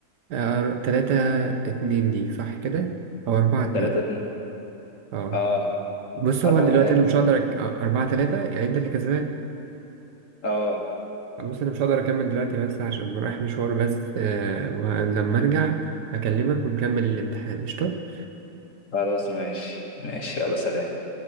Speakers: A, on the right; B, on the left.
A: آه تلاتة اتنين ليك صح كده أو أربعة اتنين
B: تلاتة اتنين
A: اه
B: آه
A: بص
B: أربعة
A: هو دلوقتي
B: تلاتة
A: أنا مش
B: ده
A: هقدر أك- آه، أربعة تلاتة يعني أنت اللي كسبان
B: اه
A: بص انا مش هقدر اكمل دلوقتي بس عشان رايح مشوار بس آه، ولما ارجع هكلمك ونكمل الامتحان قشطة
B: خلاص ماشي ماشي يلا سلام